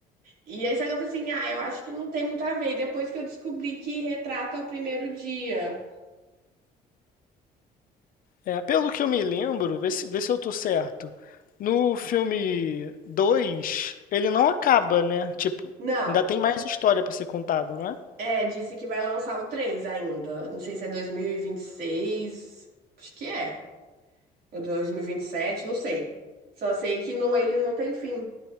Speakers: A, on the right; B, on the left.
A: E aí, só que eu falei assim, ah, eu acho que não tem muito a ver. E depois que eu descobri que retrata o primeiro dia.
B: É, pelo que eu me lembro, vê se, vê se eu tô certo. No filme 2 ele não acaba, né? Tipo,
A: Não,
B: ainda tem mais história pra ser contada, não é?
A: é, disse que vai lançar o 3 ainda. Não sei se é dois mil e e vinte e seis acho que é. Ou dois mil e vinte e sete não sei. Só sei que não, ele não tem fim.